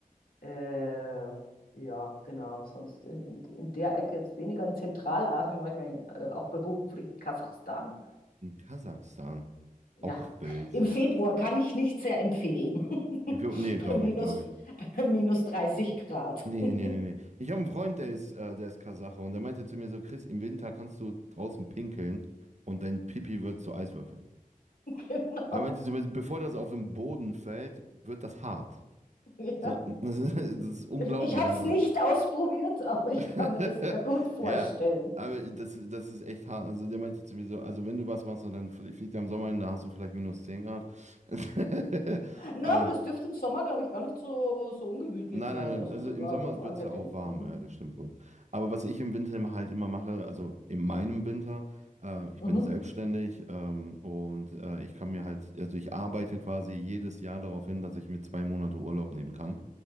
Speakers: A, on the left; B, on the right.
A: Äh, ja, genau. Sonst in, in, in der Ecke jetzt weniger. In Zentralasien war ich mal äh, auch beruflich in Kasachstan.
B: Und Kasachstan.
A: Ja,
B: Auch wild.
A: im Februar kann ich nicht sehr empfehlen. <laughs>
B: Äthiopen, nee, glaube
A: bei minus,
B: ich, glaube ich.
A: bei minus 30 Grad.
B: Nee,
A: <laughs>
B: nee, nee, nee. Ich habe einen Freund, der ist, äh, der ist Kasache und der meinte zu mir so, Chris, im Winter kannst du draußen pinkeln und dein Pipi wird zu Eiswürfeln.
A: Genau.
B: Er meinte zu mir, bevor das auf den Boden fällt, wird das hart.
A: Ja.
B: So, Das ist, <laughs> das ist unglaublich,
A: Ich habe
B: also.
A: es nicht ausprobiert, <laughs> aber
B: <laughs>
A: ich kann mir das sehr gut vorstellen.
B: Ja, aber das, das ist echt hart. Also der meinte zu mir so, also wenn du was machst und dann fl- fliegt am Sommer hin, da hast du vielleicht minus 10 Grad. <laughs>
A: Na,
B: äh,
A: aber das dürfte im Sommer, glaube ich, gar nicht so, so ungemütlich
B: Nein,
A: sein.
B: nein, nein.
A: Also
B: Also
A: sogar
B: im Sommer
A: ganz angenehm.
B: wird es ja auch warm,
A: Mhm.
B: ja, das stimmt wohl. Aber was ich im Winter immer halt immer mache, also in meinem Winter, äh, ich
A: Mhm.
B: bin selbstständig ähm, und äh, ich kann mir halt, also ich arbeite quasi jedes Jahr darauf hin, dass ich mir zwei Monate Urlaub nehmen kann.